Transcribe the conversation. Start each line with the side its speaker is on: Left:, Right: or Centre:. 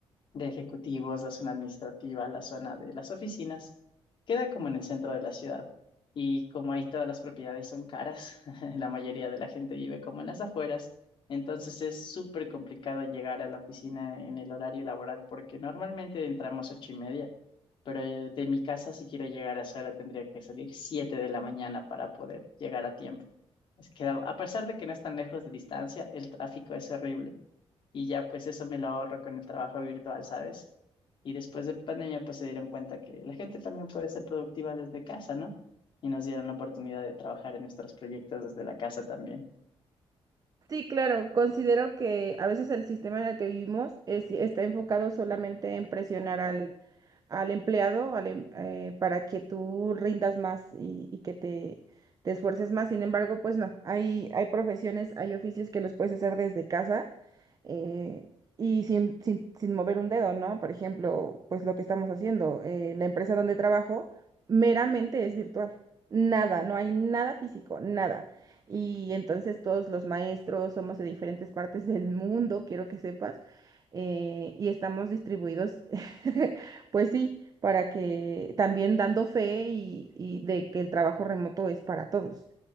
Left: de ejecutivos, la zona administrativa, la zona de las oficinas, queda como en el centro de la ciudad. Y como ahí todas las propiedades son caras, <laughs> la mayoría de la gente vive como en las afueras, entonces es súper complicado llegar a la oficina en el horario laboral porque normalmente entramos ocho y media, pero eh, de mi casa si quiero llegar a esa hora tendría que salir siete de la mañana para poder llegar a tiempo. Es que a a pesar de que no es tan lejos de distancia, el tráfico es horrible y ya pues eso me lo ahorro con el trabajo virtual, ¿sabes? Y después de pandemia pues se dieron cuenta que la gente también puede ser productiva desde casa, ¿no? Y nos dieron la oportunidad de trabajar en nuestros proyectos desde la casa también.
Right: Sí, claro, considero que a veces el sistema en el que vivimos es- está enfocado solamente en presionar al, al empleado al em- eh, para que tú rindas más y, y que te, te esfuerces más. Sin embargo, pues no, hay, hay profesiones, hay oficios que los puedes hacer desde casa eh, y sin, sin, sin mover un dedo, ¿no? Por ejemplo, pues lo que estamos haciendo, eh, la empresa donde trabajo meramente es virtual. Nada, no hay nada físico, nada. Y entonces todos los maestros somos de diferentes partes del mundo, quiero que sepas, eh, y estamos distribuidos, <laughs> pues sí, para que también dando fe y, y de que el trabajo remoto es para todos.